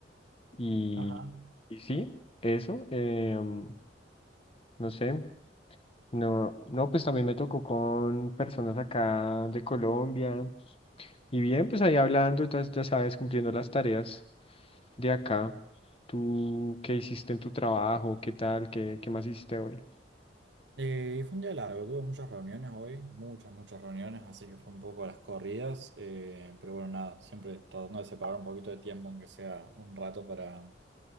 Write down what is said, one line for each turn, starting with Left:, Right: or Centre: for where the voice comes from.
Left: Y,
Right: Ajá.
Left: y sí, eso, em, no sé, no, no, pues también me tocó con personas acá de Colombia. Y bien, pues ahí hablando, entonces ya sabes, cumpliendo las tareas de acá. ¿Tú qué hiciste en tu trabajo? ¿Qué tal? ¿Qué, qué más hiciste hoy?
Right: Eh, fue un día largo, tuve muchas reuniones hoy, muchas, muchas reuniones, así que fue un poco a las corridas. eh, pero bueno, nada, siempre tratando de separar un poquito de tiempo, aunque sea un rato para,